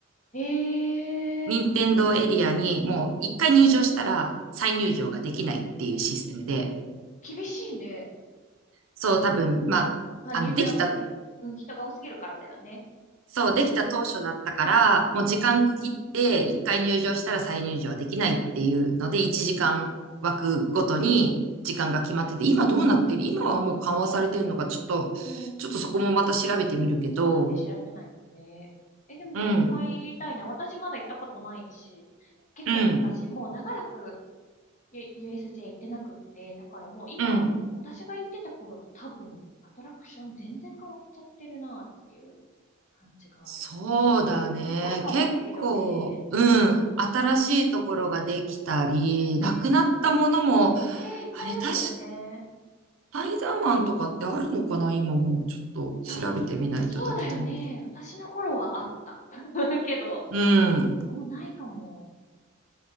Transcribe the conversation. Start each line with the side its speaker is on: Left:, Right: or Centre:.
Left: ええ
Right: 任天堂エリアにもう一回入場したら再入場ができないっていうシステムで、
Left: ー、厳しいね。
Right: そう多分、まあ、
Left: まあ、
Right: あの、
Left: 入場はその、
Right: できた、
Left: いうん、人が多すぎるからだよね。
Right: そう、できた当初だったから、もう時間区切って一回入場したら再入場はできないっていうので、一時間枠ごとに時間が決まってて、今どうなってる今はもう緩和されてるのか、ちょっと、
Left: うん。
Right: ちょっとそこもまた調べてみるけど、
Left: そうだね。調べないとね。え、でもそこも入りたいな。
Right: うん、
Left: 私まだ行ったことないし。結構ね、
Right: うん、
Left: 私もう長らくゆ USJ 行ってなくって、だからもう今、
Right: うん。
Left: 私が行ってた頃と多分、アトラクション全然変わっちゃってるなっていう感じがある。
Right: そうだね。
Left: すごい変わってるよね。
Right: 結構、うん、新しいところができたり、
Left: ね
Right: なくなったものも、
Left: え、ねえ、いっぱいあるよね。
Right: あれ、確か、スパイダーマンとかってあるのかな今もちょっと調べてみないとだけど。
Left: あ、そうだよね。私の頃はあった。<laughs> けど、
Right: うん。
Left: もうないかも。